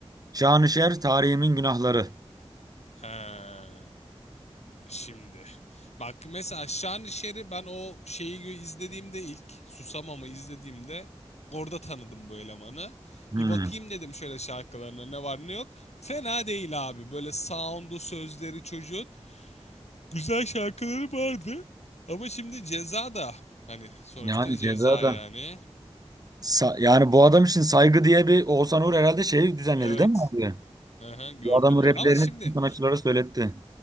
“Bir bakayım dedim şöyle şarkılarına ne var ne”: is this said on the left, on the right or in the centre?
Left